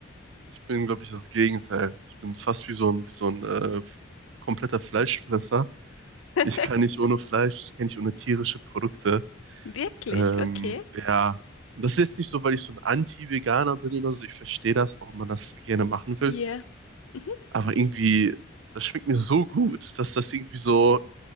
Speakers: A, on the right (about 65°); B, on the left (about 80°).
A: Ich bin, glaube ich, das Gegenteil. Ich bin fast wie so ein, wie so ein äh, kompletter Fleischfresser.
B: <laughs>
A: Ich kann nicht ohne Fleisch, ich kann nicht ohne tierische Produkte.
B: Wirklich?
A: Ähm,
B: Okay.
A: ja, das ist jetzt nicht so, weil ich so ein Anti-Veganer bin oder so. Ich verstehe das, warum man das gerne machen will.
B: Yeah. Mhm.
A: Aber irgendwie, das schmeckt mir so gut, dass das irgendwie so,